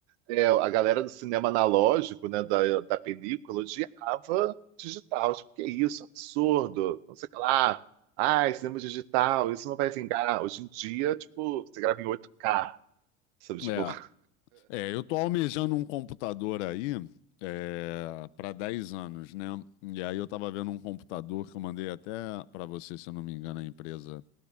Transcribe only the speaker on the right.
é, a galera do cinema analógico, né, da, da película, odiava digital. Tipo, que isso, absurdo, não sei o que lá. Ai, cinema digital, isso não vai vingar. Hoje em dia, tipo, você grava em oito k sabe? Tipo.
<laughs>